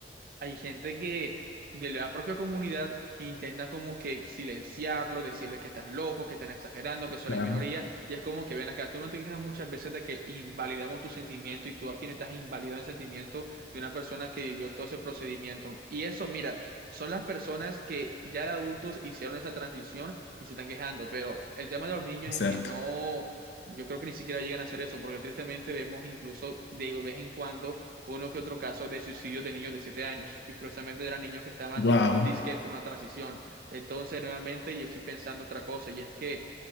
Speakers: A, on the right (about 55°); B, on the left (about 75°).
A: hay gente que de la propia comunidad intenta como que silenciarlo, decirles que estás loco, que están exagerando, que solo
B: claro,
A: hay minoría, y es como que ven acá, tú no te quejas muchas veces de que invalidamos tu sentimiento y tú aquí no estás invalidando el sentimiento de una persona que vivió todo ese procedimiento. Y eso, mira, son las personas que ya de adultos hicieron esa transición y se están quejando, pero el tema de los niños
B: exacto.
A: es que no, yo creo que ni siquiera llegan a hacer eso, porque tristemente vemos incluso de vez en cuando uno que otro caso de suicidio de niños de 7 años, y curiosamente eran niños que estaban
B: Wow,
A: disque por una transición. Entonces, nuevamente, yo estoy pensando otra cosa, y es que,